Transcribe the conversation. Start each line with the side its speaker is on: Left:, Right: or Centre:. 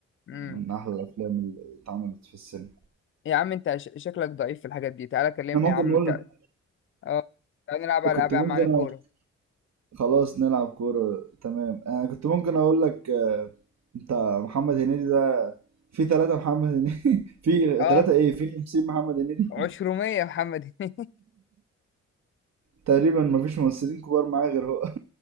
Left: امم
Right: من احلى الافلام اللي اتعملت في السينما
Left: يا عم انت ش- شكلك ضعيف في الحاجات دي تعالى كلمني
Right: احنا ممكن
Left: يا عم
Right: نقول
Left: انت اه تعالى نلعب على العاب
Right: كنت
Left: يا
Right: ممكن
Left: عم عن الكوره
Right: أ- خلاص نلعب كورة تمام انا كنت ممكن اقول لك آه، انت محمد هنيدي ده في ثلاثة محمد هنيدي <laughs> في
Left: اه
Right: ثلاثة ايه في 50 محمد هنيدي <laughs>
Left: عشرمية يا محمد هنيدي
Right: تقريبا مفيش ممثلين كبار معاه غير هو <laughs>